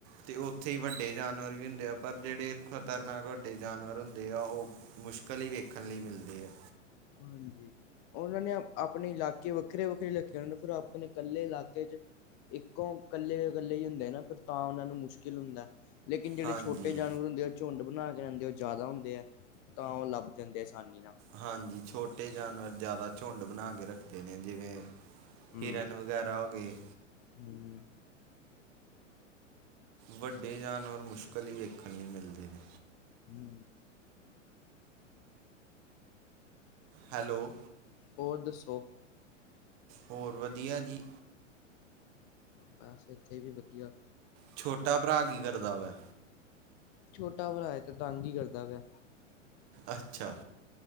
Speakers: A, on the right; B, on the left.
A: ਤੇ ਉੱਥੇ ਵੱਡੇ ਜਾਨਵਰ ਵੀ ਹੁੰਦੇ ਆ, ਪਰ ਜਿਹੜੇ ਖ਼ਤਰਨਾਕ ਵੱਡੇ ਜਾਨਵਰ ਹੁੰਦੇ ਆ ਉਹ ਮੁਸ਼ਕਿਲ ਹੀ ਵੇਖਣ ਲਈ ਮਿਲਦੇ ਆ
B: ਹਾਜੀ, ਉਹਨਾਂ ਨੇ ਆਪਣੇ ਇਲਾਕੇ ਵੱਖਰੇ-ਵੱਖਰੇ ਰੱਖੇ, ਉਹਨਾਂ ਨੇ ਫੇਰ ਆਪਣੇ ਕੱਲੇ ਇਲਾਕੇ ਚ ਇੱਕੋ ਕੱਲੇ-ਕੱਲੇ ਜੇ ਹੁੰਦੇ ਨਾ, ਫੇਰ ਤਾਂ ਉਹਨਾ ਨੂੰ ਮੁਸ਼ਕਿਲ ਹੁੰਦਾ। ਲੇਕਿਨਿ ਜੇਹੜੇ
A: ਹਾਂਜੀ
B: ਛੋਟੇ ਜਾਨਵਰ ਹੁੰਦੇ ਐ। ਝੁੰਡ ਬਣਾ ਕੇ ਜਾਂਦੇ, ਉਹ ਜਿਆਦਾ ਹੁੰਦੇ ਹੈ ਤਾਂ ਉਹ ਲੱਬ ਜਾਂਦੇ ਆਸਾਨੀ ਨਾ
A: ਹਾਂਜੀ, ਛੋਟੇ ਜਾਨਵਰ ਜਾਦਾ ਚੋਂਡ ਬਣਾ ਕੇ ਰੱਖਦੇ ਨੇ ਜਿਵੇਂ
B: ਹੂੰ।
A: ਹਿਰਨ ਵਗੈਰਾ ਹੋ ਗਏ।
B: ਹੂੰ
A: ਵੱਡੇ ਜਾਨਵਰ ਮੁਸ਼ਕਲ ਇ ਵੇਖਣ ਲਈ ਮਿਲਦੇ ਨੇ,
B: ਹੂੰ,
A: ਹੈਲੋ,
B: ਹੋਰ ਦੱਸੋ?
A: ਹੋਰ ਵਧੀਆ ਜੀ।
B: ਬਸ ਇੱਥੇ ਵੀ ਵਧੀਆ
A: ਛੋਟਾ ਭਰਾ ਕੀ ਕਰਦਾ ਵੈ
B: ਛੋਟਾ ਭਰਾ ਹੈ, ਤੇ ਤੰਗ ਹੀ ਕਰਦਾ ਪਿਆ
A: ਅੱਛਾ